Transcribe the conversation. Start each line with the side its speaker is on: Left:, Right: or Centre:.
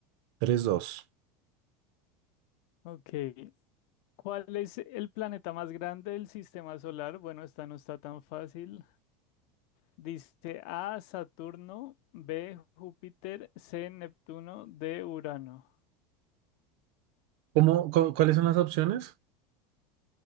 Right: Tres dos.
Left: Ok, ¿Cuál es el planeta más grande del sistema solar? Bueno, esta no está tan fácil. Dice A, Saturno, B, Júpiter, C, Neptuno, D, Urano.
Right: ¿Cómo, cu- cuáles son las opciones?